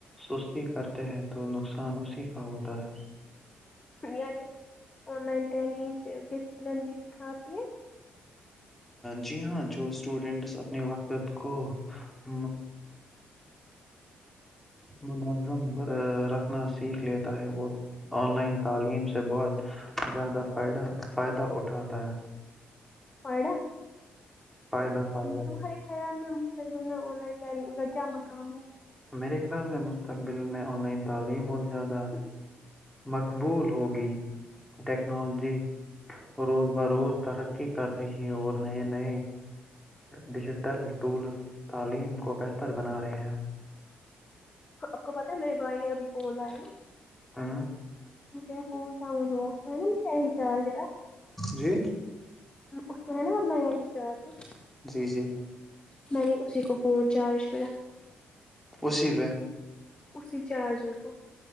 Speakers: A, in the centre; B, on the left (about 25°).
A: سستی کرتے ہیں تو نقصان اسی کا ہوتا ہے
B: یعنی آن لائن تعلیم صرف ڈسپلن بھی سکھاتی ہے
A: جی ہاں جو اسٹوڈنٹس اپنے وقت کو <inaudible> منظم رکھنا سیکھ لیتا ہے وہ آن لائن تعلیم سے بہت زیادہ فائدہ فائدہ اٹھاتا ہے
B: فائدہ
A: فائدہ فائدہ
B: تمہارے خیال میں مستقبل میں آن لائن تعلیم کا کیا مقام ہے
A: میرے خیال نے مستقبل میں آن لائن تعلیم اور زیادہ مقبول ہوگی ٹیکنالوجی روز بہ روز ترقی کر رہی ہے اور نئے نئے ڈیجیٹل ٹولز تعلیم کو بہتر بنا رہے ہیں
B: آپ کو پتا ہے میرے بھائی نے ابھی فون لایا نا
A: ہ
B: مجھے فون ڈاؤن ہوا اس نے لے نا مجھ سے ہی چارجر اب
A: جی
B: اس کو ہے نا اب نیا ہی چارجر
A: جی جی
B: میں نے اسی کو فون چارج پہ رکھا ہے
A: اسی پہ
B: اسی چارجر کو